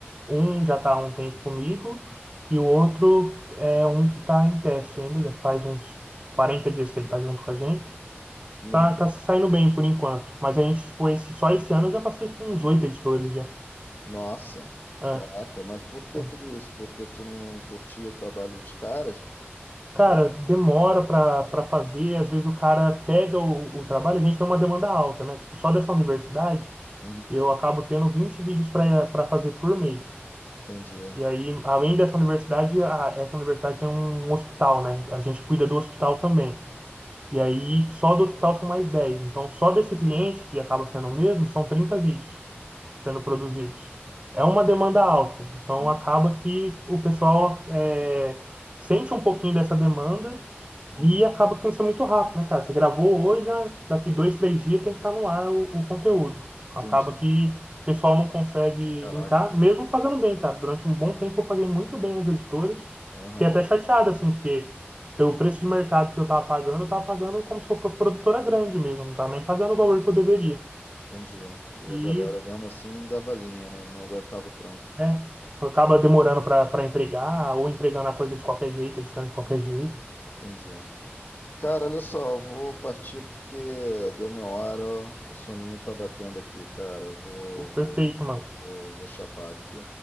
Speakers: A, on the right; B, on the left.
A: Um já está há um tempo comigo e o outro é um que está em teste ainda, já faz uns 40 dias que ele está junto com a gente.
B: Uhum.
A: Tá, tá se saindo bem por enquanto, mas a gente, tipo, esse, só esse ano eu já passei por uns oito editores já.
B: Nossa,
A: É,
B: caraca, mas por que
A: então,
B: tudo isso? Porque tu não curtia o trabalho dos caras?
A: cara,
B: Ou-
A: demora para para fazer, às vezes o cara pega o, o trabalho, a gente tem uma demanda alta, né? Tipo, só dessa universidade
B: Uhum,
A: eu acabo tendo 20 vídeos para para fazer por mês.
B: entendi.
A: E aí, além dessa universidade, a- essa universidade tem um hospital, né? A gente cuida do hospital também. E aí, só do hospital são mais dez Então, só desse cliente, que acaba sendo o mesmo, são 30 vídeos sendo produzidos. É uma demanda alta. Então,
B: Uhum,
A: acaba que o pessoal é, sente um pouquinho dessa demanda
B: uhum,
A: e acaba que tem que ser muito rápido, né, cara? Você gravou hoje, já daqui dois, três dias tem que estar no ar o, o conteúdo.
B: entendi.
A: Acaba que o pessoal não consegue
B: Caraca,
A: linkar,
B: tem...
A: mesmo pagando bem, cara. Durante um bom tempo eu paguei muito bem os editores.
B: Aham,
A: Fiquei até chateado, assim, porque pelo preço de mercado que eu tava pagando, eu tava pagando como se eu fosse produtora grande mesmo. Não tava nem pagando o valor
B: entendi,
A: que eu deveria.
B: entendi. E
A: E,
B: a galera mesmo assim dava linha, não, não aguentava o tranco.
A: é, acaba demorando pra, pra entregar, ou entregando a coisa de qualquer jeito, editando de qualquer jeito.
B: Entendi. Cara, olha só, eu vou partir porque deu minha hora, o soninho tá batendo aqui, cara. Eu Vou,
A: Pô, perfeito,
B: vou,
A: mano.
B: vou, vou chapar aqui.